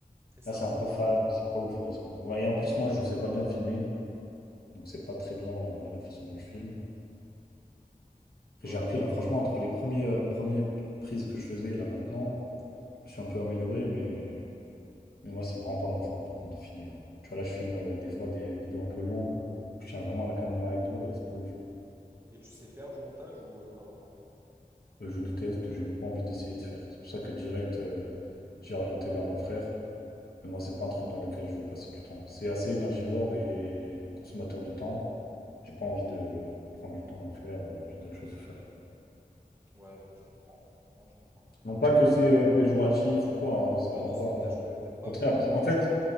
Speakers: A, on the right; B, on the left.
A: C'est ça
B: Là, c'est
A: aussi.
B: un peu fade, c'est pas ouf. Ouais, ce qu'on- ouais, et en plus, moi, je sais pas bien filmer. Donc, c'est pas très bien, euh, moi, la façon dont je filme.
A: Ouais,
B: J'ai
A: ouais.
B: appris, là, franchement, entre les premiers, euh, premières prises que je faisais, là, maintenant, Je suis un peu amélioré, mais, mais moi, c'est vraiment pas mon fort, par contre, de filmer. hein. Tu vois, là, je filme euh, des fois des vidéos un peu longues, je tiens vraiment la caméra et tout, euh, c'est pas ouf. hein.
A: Et tu sais faire du montage ou euh, pas vraiment?
B: Euh, je déteste, j'ai même pas envie d'essayer de faire. C'est pour ça que direct, euh, j'ai orienté vers mon frère. Mais moi, c'est pas un truc dans lequel je veux passer du temps. C'est assez énergivore et consommateur de temps. J'ai pas envie de prendre du temps à le faire, euh, j'ai d'autres choses à faire. quoi.
A: Ouais, moi je comprends. Moi je comprends, je comprends.
B: Non pas que c'est euh, péjoratif ou quoi, hein, c'est
A: Ouais,
B: vraiment
A: non,
B: pas...
A: c'est une tâche
B: Au
A: que t'aimes pas,
B: contraire,
A: quoi.
B: parce- en fait,